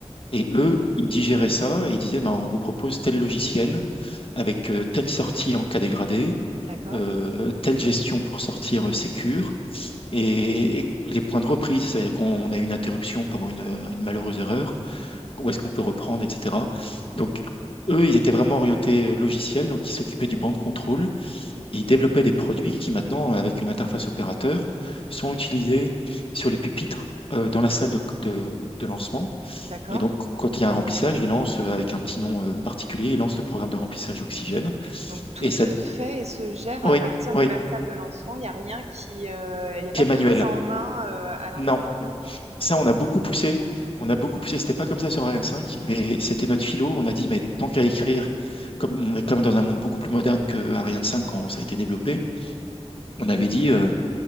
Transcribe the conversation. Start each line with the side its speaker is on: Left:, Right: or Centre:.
Left: Et eux, ils digéraient ça et ils disaient, ben, on vous propose tel logiciel avec euh, telle sortie en cas dégradé,
Right: D'accord.
Left: euh, telle gestion pour sortir euh, sécure et, et les points de reprise, c'est-à-dire qu'on a une interruption pour une, euh, une malheureuse erreur, où est-ce qu'on peut reprendre, etc. Donc, eux, ils étaient vraiment orientés euh, logiciel, donc ils s'occupaient du banc de contrôle. Ils développaient des produits qui maintenant, avec une interface opérateur, sont utilisés sur les pupitres euh, dans la salle de, de- de lancement.
Right: D'accord.
Left: Et donc, quand il y a un remplissage, ils lancent euh, avec un petit nom euh, particulier, ils lancent le programme de remplissage oxygène.
Right: Donc tout
Left: Et
Right: se
Left: ça,
Right: fait et se gère
Left: oui,
Right: à partir
Left: oui,
Right: de la salle de lancement. Il n'y a rien qui, euh, il n'y a
Left: qui
Right: pas
Left: est
Right: de
Left: manuel.
Right: prise en main euh, à l'intérieur.
Left: Non,
Right: Ok.
Left: ça, on a beaucoup poussé. On a beaucoup poussé. C'était pas comme ça sur Ariane 5, mais c'était notre philo. On a dit, mais tant qu'à écrire, comme on est quand même dans un monde beaucoup plus moderne que Ariane 5 quand ça a été développé, on avait dit, euh,